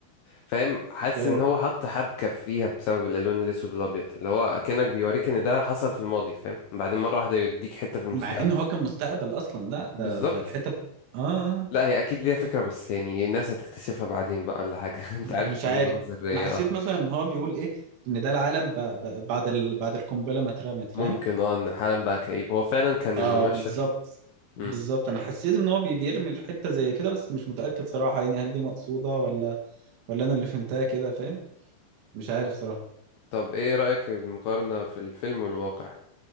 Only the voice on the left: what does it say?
فاهم حاسس
ان هو حط حبكة فيها بسبب الالوان الاسود والابيض اللي هو اكنك بيوريك ان ده حصل في الماضي فاهم بعدين مرة واحدة يديك حتة في المستقبل
بالظبط
لا هي اكيد ليها فكرة بس يعني الناس هتكتشفها بعدين بقى ولا حاجة <laughs> انت عارف
ان
دماغه ذرية
اه
ممكن اه ان حالا بقى كئيب هو فعلا كان
المشهد
مم.
طب ايه رأيك المقارنة في الفيلم والواقع